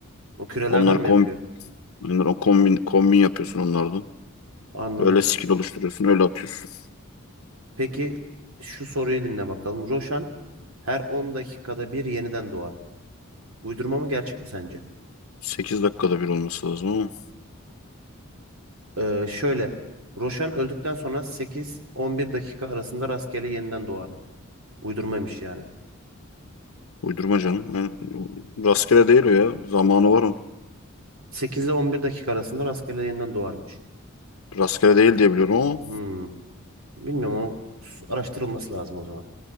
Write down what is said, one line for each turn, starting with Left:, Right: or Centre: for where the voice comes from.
Right: O kürelerden
Left: Onları
Right: mi
Left: kombin,
Right: yapıyor?
Left: onları kombin, kombin yapıyorsun onlardan.
Right: Anladım.
Left: Öyle skill oluşturuyorsun, öyle atıyorsun.
Right: Peki şu soruyu dinle bakalım. Roşan her 10 dakikada bir yeniden doğar. Uydurma mı gerçek mi sence?
Left: Sekiz dakikada bir olması lazım ama.
Right: Ee, şöyle. Roşan öldükten sonra 8-11 dakika arasında rastgele yeniden doğar mı? Uydurmaymış yani.
Left: Uydurma canım. Yani rastgele değil o ya. Zamanı var onun.
Right: 8 ile 11 dakika arasında rastgele yeniden doğarmış.
Left: Rastgele değil diye biliyorum ama.
Right: Hmm. Bilmiyorum o s- araştırılması lazım o zaman.